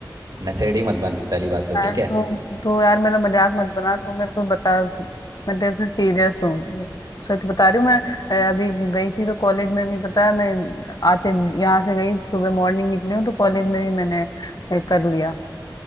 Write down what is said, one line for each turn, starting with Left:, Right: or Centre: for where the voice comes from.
Right: नशेड़ी मत बन पहली बात तो
Left: यार
Right: ठीक है
Left: तो तो यार मेरा मजाक मत बना तू मेरे को बता मैं तेरे से सीरियस हूँ सच बता रही हूँ मैं अ, अभी गई थी तो कॉलेज में भी पता है मैं आते यहाँ से गई सुबह मॉर्निंग निकली हूँ तो कॉलेज में भी मैंने अ, कर लिया